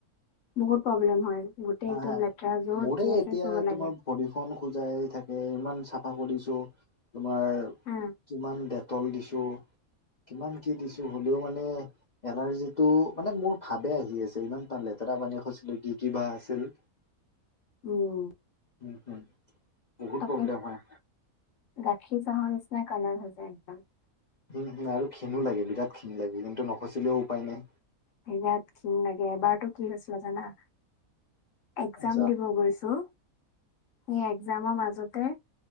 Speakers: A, on the left; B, on the left.
A: বহুত প্ৰব্লেম হয় গোটেই
B: হা
A: একদম
B: হা
A: লেতেৰা য'ত
B: মোৰে
A: যি আছে
B: এতিয়া
A: চব
B: তোমাৰ
A: লাগে।
B: ভৰিখন খোজায়ে থাকে, ইমান চাফা কৰিছো তোমাৰ
A: হা
B: কিমান ডেট টল দিছো, কিমান কি দিছো হ'লেও মানে এলাৰ্জিটো, মানে মোৰ ভাৱে আহি আছে ইমান তাত লেতেৰা পানী খচকিলো কি কিবা আছে <inaudible>
A: উম।
B: উম হুম বহুত
A: তাকে
B: প্ৰব্লেম হয়।
A: গাখীৰ চাহৰ নিচিনা কালাৰ হৈ যায় একদম।
B: উম হুম আৰু ঘিনো লাগে, বিৰাট ঘিন লাগে কিন্তু নখচিলেও উপায় নাই।
A: বিৰাট ঘিন লাগে। এবাৰতটো কি হৈছিল জানা। এক্জাম
B: আচ্ছা
A: দিব গৈছোঁ, সেই এক্জামৰ মাজতে